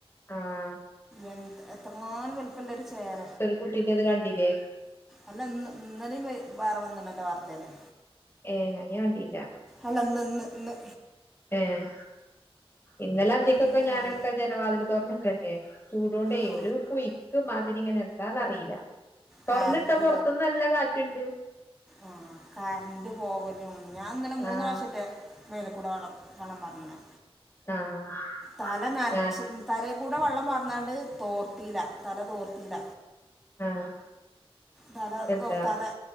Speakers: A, on the left (about 25°); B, in the centre.
A: ആഹ്
B: എൻ എത്രങ്ങാനു വലുപ്പല്ലൊരു ചേര
A: കുട്ടിന്റെത് കണ്ടില്ലേ
B: അല്ല ഇന്ന് ഇന്നലെയും വെ വേറെ വന്നിണല്ലോ വാർത്തേല്
A: ഏഹ് അത് ഞൻ കണ്ടില്ല
B: അല്ലന്ന്ന്ന് ഇന്ന്
A: ഏഹ് ഇന്നലെ അന്തിക്കൊക്കെ
B: ഇന്ന് വന്നു
A: ഞാനൊക്കെ ജനവാതിൽ തൊറന്നിട്ടന്നെയ ചൂടോടെ
B: ആ
A: ഒരു പുയ്ക്ക് മാതിരിങ്ങനെ എന്താന്നറിയില്ല തൊർന്നിട്ടാ
B: കറണ്ട്
A: പൊറത്ത്ന്ന് നല്ല കാറ്റുണ്ട്
B: ആഹ് കർന്റ് പോകലും ഞാൻ ഇന്നലെ മൂന്ന്
A: ആഹ്
B: പ്രാവശ്യ മേലേക്കൂടെ വ വെള്ളം പാർന്ന്ണ്
A: ആഹ്
B: തല നൻച്ച്
A: ഞാൻ
B: തലേക്കൂടെ വെള്ളം പാർന്നാണ്ട് തോർത്തിയില്ല തല തോർത്തില്ല
A: ആഹ്
B: തല
A: എന്താ
B: തോർത്താതെ